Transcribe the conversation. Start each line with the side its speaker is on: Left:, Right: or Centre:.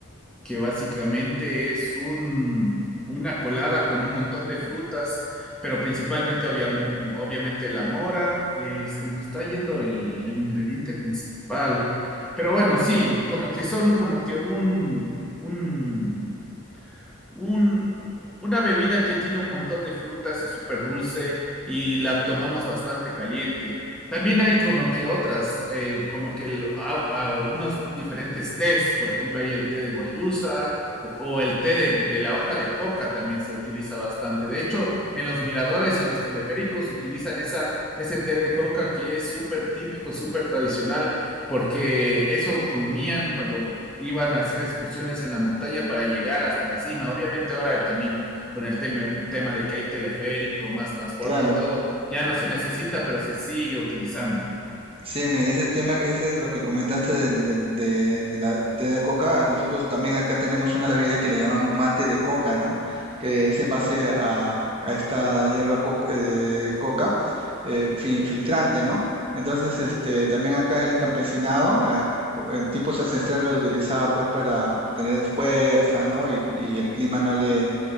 Centre: que básicamente es un, una colada con un montón de frutas, pero principalmente obvia- obviamente la mora, eh, se me está yendo el, el ingrediente principal, pero bueno, sí, como que son como que un, un un, una bebida que tiene un montón de frutas, es súper dulce y la tomamos bastante caliente. También hay como que otras, eh, como que el- a- a unos diferentes tés, por ejemplo, hay el té de guayusa o, o el té de, de la hoja de coca también se utiliza bastante. De hecho, en los miradores y en los teleféricos utilizan esa, ese té de coca que es súper típico, súper tradicional, porque eso comían cuando iban a hacer excursiones en la montaña para llegar hasta la cima. Obviamente ahora también con el tema, tema de que hay teleférico, más transporte
Right: Claro.
Centre: y todo, ya no se necesita, pero se sigue utilizando.
Right: Sí, me- ese tema, ese es lo que comentaste del, del- de, de la del té de coca. Nosotros también acá tenemos una bebida que le llamamos mate de coca, ¿no? Que es en base a, a esta hierba co- eh, coca eh, fi- filtrante, ¿no? Entonces, este, también acá el campesinado ah, en tiempos ancestrales lo utilizaba pues para tener fuerza, ¿no? Y, y el clima no le,